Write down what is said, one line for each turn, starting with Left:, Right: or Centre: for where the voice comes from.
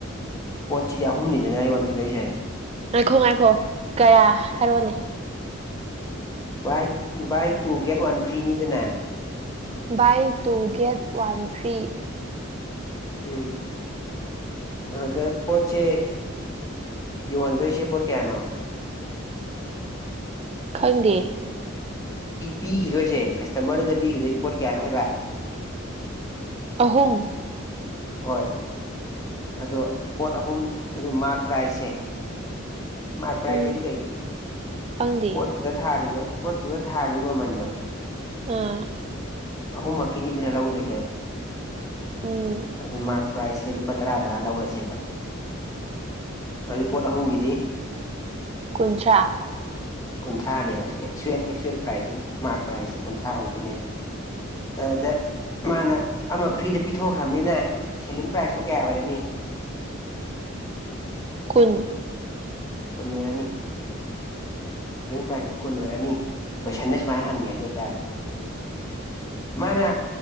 Left: ꯄꯣꯠꯁꯤꯗꯤ ꯑꯍꯨꯝꯅꯤꯗꯅ ꯌꯣꯟꯈꯤꯗꯣꯏꯁꯦ
Right: ꯉꯥꯏꯈꯣ ꯉꯥꯏꯈꯣ ꯀꯌꯥ ꯍꯥꯏꯔꯣꯅꯦ
Left: buy buy two get one ꯐ꯭ꯔꯤꯅꯤꯗꯅꯦ
Right: buy two get one free
Left: ꯎꯝ ꯑꯗ ꯄꯣꯠꯆꯦ ꯌꯍꯟꯗꯣꯏꯁꯦ ꯄꯣꯠ ꯀꯌꯥꯅꯣ
Right: ꯈꯪꯗꯦ
Left: ꯄꯤꯈꯤꯗꯣꯏꯁꯦ ꯀꯁꯇꯃꯔꯗꯨꯗ ꯄꯤꯈꯤꯗꯣꯏꯁꯦ ꯄꯣꯠ ꯀꯌꯥꯅꯣ ꯍꯥꯏꯕ
Right: ꯑꯍꯨꯝ
Left: ꯍꯣꯏ ꯑꯗꯣ ꯄꯣꯠ ꯑꯍꯨꯝ ꯑꯗꯨ ꯃꯥꯔꯛ ꯄ꯭ꯔꯥꯏꯖꯁꯦ ꯃꯥꯔ ꯄ꯭ꯔꯥꯏꯁ
Right: ꯎꯝ
Left: ꯍꯥꯏꯗꯤ ꯀꯩ
Right: ꯈꯪꯗꯦ
Left: ꯄꯣꯠꯇ ꯊꯥꯔꯤꯕ ꯄꯣꯠꯇꯨꯗ ꯊꯥꯔꯤ ꯃꯃꯟꯗꯣ
Right: ꯑꯥ
Left: ꯑꯍꯨꯝ ꯃꯛ ꯀꯤꯅꯤꯗꯅ ꯂꯧꯗꯣꯏꯁꯦ
Right: ꯎꯝ
Left: ꯑꯗꯨ ꯃꯥ ꯄ꯭ꯔꯥꯏꯁꯁꯦ ꯂꯨꯄꯥ ꯇꯔꯥ ꯇꯔꯥ ꯂꯧꯔꯁꯦꯕ ꯑꯩ ꯄꯣꯠ ꯑꯍꯨꯝꯒꯤꯗꯤ
Right: ꯀꯨꯟꯊ꯭ꯔꯥ
Left: ꯀꯨꯟꯊ꯭ꯔꯥꯅꯦꯕ ꯑꯦꯛꯆꯨꯋꯦꯜ ꯑꯦꯛꯆꯨꯋꯦꯜ ꯄ꯭ꯔꯥꯏꯖꯁꯤ ꯃꯥꯔꯛ ꯄ꯭ꯔꯥꯏꯖꯁꯤ ꯀꯨꯟꯊ꯭ꯔꯥ ꯑꯣꯏꯗꯣꯏꯅꯦꯕ ꯑꯗ ꯃꯥꯅ ꯑꯃ ꯐ꯭ꯔꯤꯗ ꯄꯤꯊꯣꯛꯈ꯭ꯔꯕꯅꯤꯅ ꯁꯦꯂꯤꯡ ꯄ꯭ꯔꯥꯏꯖꯇꯣ ꯀꯌꯥ ꯑꯣꯏꯔꯅꯤ
Right: ꯀꯨꯟ
Left: ꯀꯨꯟ ꯑꯣꯏꯔꯅꯤ ꯄꯥꯏꯁꯇꯨ ꯀꯨꯟ ꯑꯣꯏꯔꯅꯤ ꯀꯣꯏꯁꯟꯗ ꯁꯨꯥꯏꯅ ꯍꯪꯉꯦ ꯑꯗꯨ ꯑꯣꯏꯇꯥꯔꯗꯤ ꯃꯥꯅ